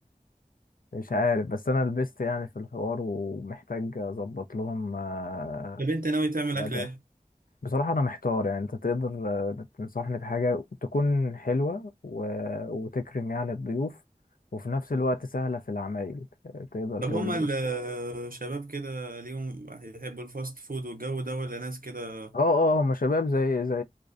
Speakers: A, on the left; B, on the right.
A: مش عارف بس انا لبست يعني في الحوار ومحتاج اظبط لهم آه،
B: <laughs> طب انت ناوي تعمل
A: غدا
B: اكل ايه
A: بصراحة انا محتار يعني انت تقدر آه، تنصحني بحاجة تكون حلوة و... وتكرم يعني الضيوف وفي نفس الوقت سهلة في العمايل آه، تقدر
B: طب
A: تقول
B: هما
A: لي إيه؟
B: الشباب كده ليهم هيحبوا الفاست فود والجو ده ولا ناس كده
A: اه اه هم شباب زي زي